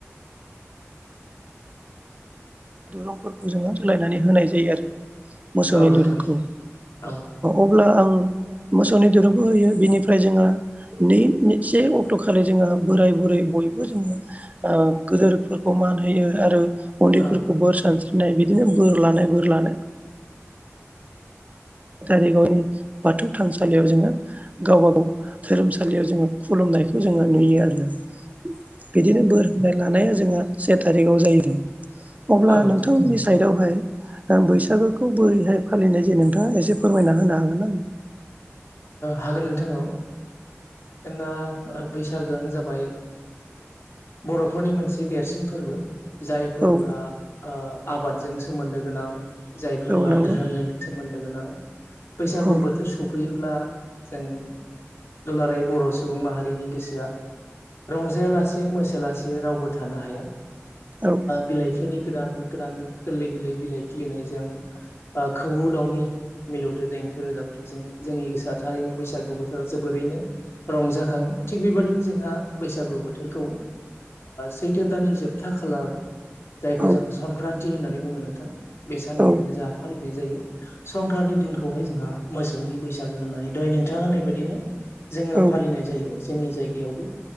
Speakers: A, on the right; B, on the left.
A: दुरंफोरखौ जोङो रोलायनानै होनाय जायो आरो। मोसौनि
B: औ नोंथां
A: दोरुंखौ
B: औ
A: अब्ला आं मोसौनि दिरुंखौ होयो बिनिफ्राय जोङो नै से अक्ट' खालि जोंहा बोराय बुरै बयबो जोङो गोदोरफोरखौ मान होयो आरो मन्दिरफोरखौ
B: औ
A: सानस्रिनाय बिदिनो बोर लानाय बोर लानाय दारिगावनि बाथौ थानसालियाव जोङो गावबाागाव धोरोमसालियाव जोङो खुलुम नायखौ जोङो नुयो आरो। बिदिनो बोर होनाय लानाया जोंहा से थारिखआव जायो आरो अब्ला
B: औ नोंथां
A: नोंथांमोननि साइदवहाय बैसागोखौ बोरैहाय फालिनाय जायो नोंथाङा एसे फोरमायना होनो हागोन ना?
B: हागोन नोंथां औ जोंना बैसागोआनो जाबाय बर'फोरनि मोनसे देरसिन फोरबो जाय फोरबोआ
A: औ
B: आबादजों सोमोन्दो गोनां जाय फोरबोआ
A: औ नंगौ
B: धोरोमजों मोनद गोनां बैसागु
A: औ
B: बोथोर सौफै सफैयोब्ला जों दुलाराय बर' सुबुं माहारिनि गोसोआ रंजायालासे मोसलासे रावबो थानो हाया
A: औ
B: बिलाइफोरनि गोदान गोदान गोरलै गोरलै बिलाइ खिलिनायजों खौवौ दाउनि मिलौदो दें खो रोजाबथिजों जोंनि गोसोआ थारैनो बैसागु बोथोराव जोबोरैनो रंजाखाङो थिग बेबायदिनो जोंहा बैसागु बोथोरखौ सैथो दाननि जोबथा खालार जायखौ
A: औ
B: जों संक्रान्ति होननानै बुङो नोंथां बे साननिफ्रायनो
A: औ
B: जोंहा फालिनाय जायो। संक्रान्ति दिनखौहाय जोंहा मोसौनि बैसागो होननानै दहाय नोंथाङा होननाय बायदिनो जोङो
A: औ
B: फालिनाय जायो जोंनि जायगायावबो।